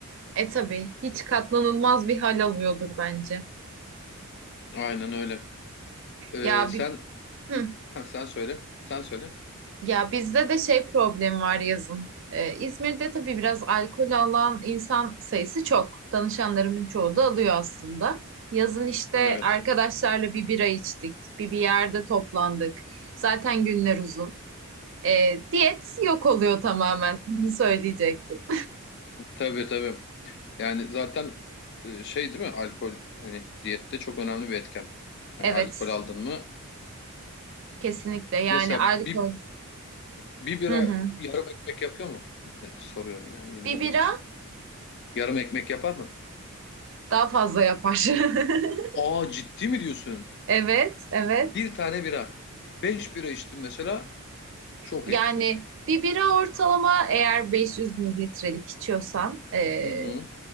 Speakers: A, on the right; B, on the left.
A: E tabii hiç katlanılmaz bir hal alıyordur bence.
B: Aynen öyle. Ee,
A: Ya
B: sen
A: bir hı.
B: ha, sen söyle. Sen söyle.
A: Ya bizde de şey problemi var yazın. Ee, İzmir'de tabii biraz alkol alan insan sayısı çok. Danışanlarımın çoğu da alıyor aslında. Yazın işte
B: Evet.
A: arkadaşlarla bir bira içtik, bir bir yerde toplandık. Zaten günler uzun. Ee, diyet yok oluyor tamamen. <laughs> Bunu söyleyecektim.
B: Tabii tabii. Yani zaten e, şey değil mi? Alkol hani diyette çok önemli bir etken. Hani
A: Evet,
B: alkol aldın mı?
A: kesinlikle. Yani
B: Mesela
A: alkol.
B: bir bir bira
A: Hı hı.
B: yarım ekmek yapıyor mu? Ne- Soruyorum yani bilmediğim
A: Bir bira
B: için. Yarım ekmek yapar mı?
A: daha fazla yapar. <laughs>
B: Aa ciddi mi diyorsun?
A: Evet, evet.
B: Bir tane bira. Beş bira içtim mesela. Çok
A: Yani
B: ekmek.
A: bir bira ortalama eğer 500 mililitrelik içiyorsan eee,
B: Hı hı.